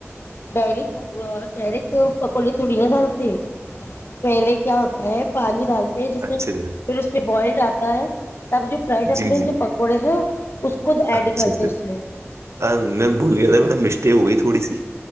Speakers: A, on the left; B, on the right.
A: ڈائریکٹ ڈائریکٹ پکوڑے تھوڑی نہ ڈالتے پہلے کیا ہوتا ہے پانی ڈالتے جسے
B: اچھا
A: پھر اس پہ بوائلڈ آتا ہے تب جو فرائڈ
B: جی
A: اپنے
B: جی
A: جو پکوڑے ہیں اس کو ایڈ
B: اچھا
A: کرتے اس میں
B: اھا میں بول گیا تھا میرا مسٹیک ہو گئی تھوڑی سی